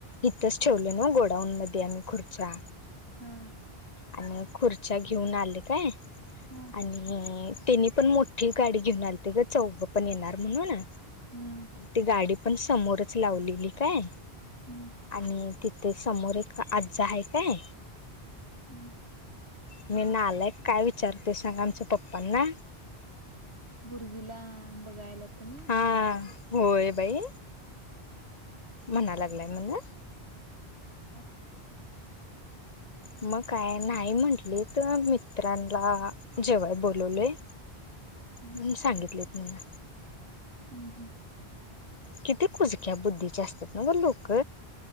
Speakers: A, on the left; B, on the right.
A: इथंच ठेवले ना गोडाऊन मध्ये आम्ही खुर्चा.
B: हा.
A: आणि खुर्च्या घेऊन आले काय
B: हो
A: आणि त्यांनी पण मोठी गाडी घेऊन आलीती ग चौघं पण येणार म्हणून
B: हम्म.
A: ती गाडी पण समोरच लावलेली काय
B: हम्म.
A: आणि तिथे समोर एक आजा हाय काय
B: हम्म
A: आणि नालायक काय विचारते सांग आमच्या पप्पांना
B: भुर्गीला बघाय आलात काय म्हणुन
A: हा होय बाई. म्हणा लागलाय म्हण.
B: मग
A: मग काय नाही म्हटलीत तर मित्रांला जेवाय बोलवलेय
B: हम्म
A: मण सांगितलेत मला.
B: हम्म हम्म.
A: किती कुजक्या बुद्धीचे असतात नव्ह लोक.